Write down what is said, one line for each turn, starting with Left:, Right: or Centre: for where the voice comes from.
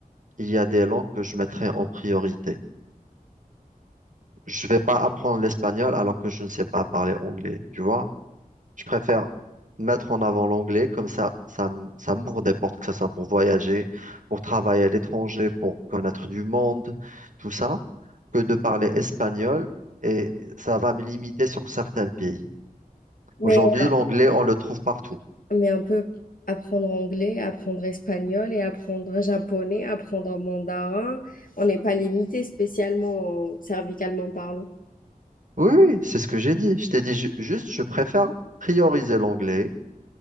Right: il y a des langues que je mettrais en priorité. Je vais pas apprendre l'espagnol alors que je ne sais pas parler anglais, tu vois? Je préfère mettre en avant l'anglais, comme ça, ça, m- ça m'ouvre des portes, que ce soit pour voyager, pour travailler à l'étranger, pour connaître du monde, tout ça, que de parler espagnol et ça va me limiter sur certains pays.
Left: Mais,
Right: Aujourd'hui,
Left: euh,
Right: l'anglais, on le trouve partout.
Left: mais on peut apprendre anglais, apprendre espagnol et apprendre japonais, apprendre mandarin. On n'est pas limité spécialement euh, cervicalement parlant.
Right: Oui, oui, c'est ce que j'ai dit. Je t'ai dit ju- juste, je préfère prioriser l'anglais